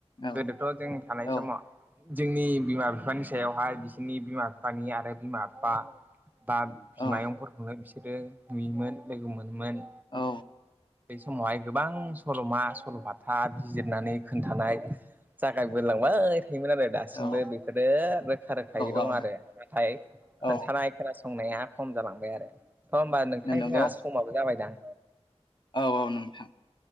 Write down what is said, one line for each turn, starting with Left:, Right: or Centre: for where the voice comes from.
Left: औ
Right: गोदोथ' जों थानाय
Left: औ
Right: समावो जोंनि बिमा बिफानि सायावहाय बिसोरनि बिमा बिफानि आरो बिमा बिफा बा बिमायंफोरखौनो
Left: औ
Right: बिसोरो नुयोमोन लोगो मोनोमोन आ
Left: औ।
Right: बे समावहाय गोबां सल'मा सल'बाथा बिजिरनानै खोन्थानाय जागाय बोनलांबाय। आरो दासिमबो
Left: औ
Right: बेफोरो रोखा रोखायै दं
Left: औ
Right: आरो नाथाय खोनथानाय।
Left: औ
Right: खोनासंनाया खम जालांबाय आरो थ' होमबा नोंथां
Left: नंगौ
Right: जोंहा समाबो जाबायदां।
Left: औ औ नोंथां